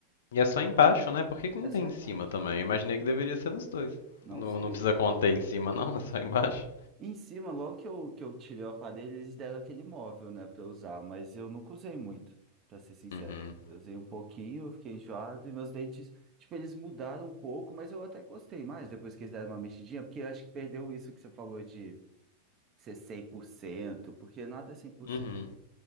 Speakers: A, on the left (about 60°); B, on the right (about 30°).
A: E é só embaixo, né? Por que que não
B: é
A: tem
B: só
A: em
B: embaixo.
A: cima também? Eu imaginei que deveria ser nos dois.
B: Não
A: Não,
B: sei.
A: não precisa conter em cima, não, é só embaixo.
B: Em cima, logo que eu, que eu tirei o aparelho, eles deram aquele móvel, né, pra eu usar, mas eu nunca usei muito, pra ser sincero.
A: Uhum.
B: Eu usei um pouquinho, eu fiquei enjoado, e meus dentes, tipo, eles mudaram um pouco, mas eu até gostei mais depois que eles deram uma mexidinha, porque eu acho que perdeu isso que você falou de ser 100%, porque nada é cem por
A: Uhum.
B: cento.